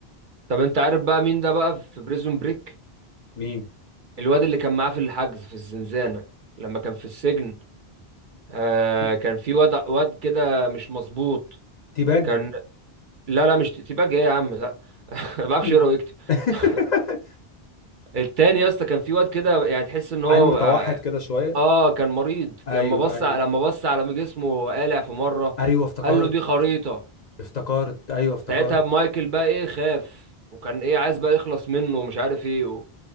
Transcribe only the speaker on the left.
مين
تي-
تيباج
<laughs>
عيل
متوحد
كده شويه
ايوه
ايوه
ايوه افتكرت
افتكرت ايوه افتكرت